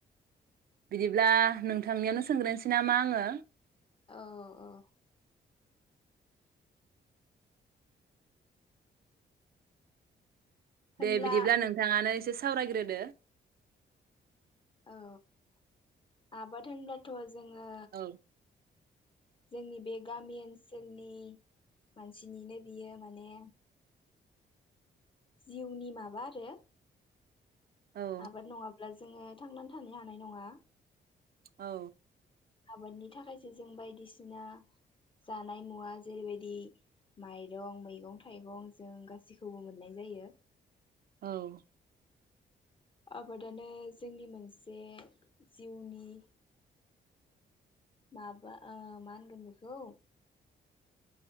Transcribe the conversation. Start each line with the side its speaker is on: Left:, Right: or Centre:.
Right: बिदिब्ला नोंथांनियावनो सोंग्रोनोसै नामा आङो?
Left: औ औ। होनब्ला
Right: दे बिदिब्ला नोंथाङानो एसे सावरायग्रोदो
Left: औ आबाद होनब्लाथ जोङो
Right: औ
Left: जोंनि बे गामि ओनसोलनि मानसिनिनो बियो माने जिउनि माबा आरो
Right: औ
Left: आबाद नंआबा अब्ला जोङो थांनानै थानो हानाय नङा
Right: औ
Left: आबादनि थाखायसो जों बायदिसिना जानाय मुवा जेरैबायदि माइरं मैगं थाइगं जों गाैखौबो मोननाय जायो
Right: औ
Left: आबादानो जोंनि मोनसे जिउनि माबा आ मानो बेखौ